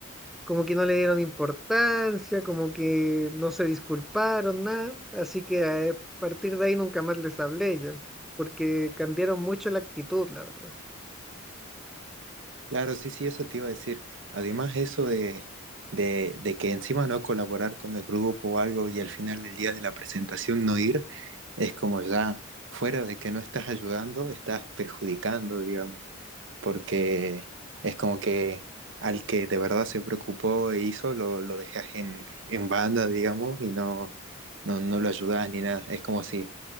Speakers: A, in the centre; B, on the right.
A: como que no le dieron importancia, como que no se disculparon, nada. Así que a partir de ahí nunca más les hablé yo, porque cambiaron mucho la actitud, la verdad.
B: Claro, sí, sí, eso te iba a decir. Además, eso de, de, de que encima no colaborar con el grupo o algo y al final del día de la presentación no ir, es como ya fuera de que no estás ayudando, estás perjudicando, digamos, porque es como que al que de verdad se preocupó e hizo, lo, lo dejas en, en banda, digamos, y no, no, no lo ayudas ni nada. Es como si